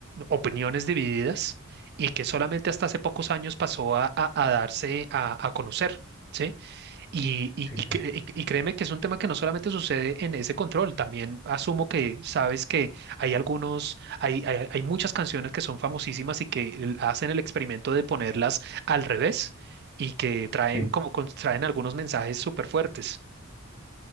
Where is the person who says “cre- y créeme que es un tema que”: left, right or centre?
Right